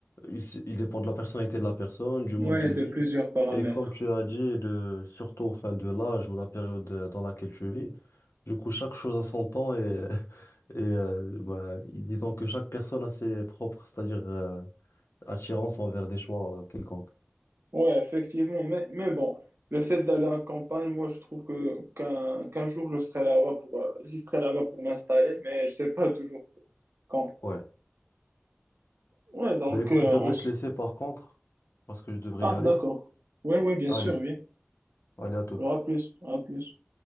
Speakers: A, on the left; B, on the right.
A: il, s- il dépend de la personnalité de la personne, du mode
B: Ouais,
A: de vie.
B: de plusieurs paramètres.
A: Et comme tu as dit, de, surtout enfin, de l'âge ou la période euh, dans laquelle tu vis. Du coup, chaque chose a son temps et, <laughs> et euh, bah, disons que chaque personne a ses propres, c'est-à-dire euh, attirance envers des choix euh, quelconques.
B: Ouais, effectivement. Mais, mais bon, le fait d'aller en campagne, moi, je trouve que qu'un qu'un jour, je serai là-bas pour, euh, j'y serai là-bas pour m'installer, mais je sais pas toujours quand.
A: Ouais.
B: Ouais, donc,
A: Ben écoute,
B: euh,
A: je devrais
B: on,
A: te laisser par contre, parce que je devrais
B: Ah,
A: y aller.
B: d'accord. Ouais, ouais, bien
A: Allez,
B: sûr, oui.
A: allez à toute.
B: Alors, à plus, à plus.